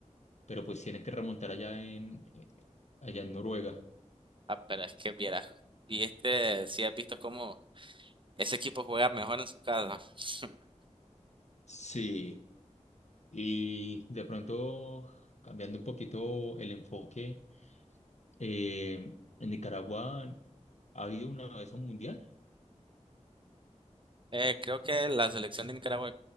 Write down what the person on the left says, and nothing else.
pero pues tienen que remontar allá en, eh, allá en Noruega.
Sí, Y de pronto, cambiando un poquito el enfoque, eh, en Nicaragua ha habido una vez un mundial.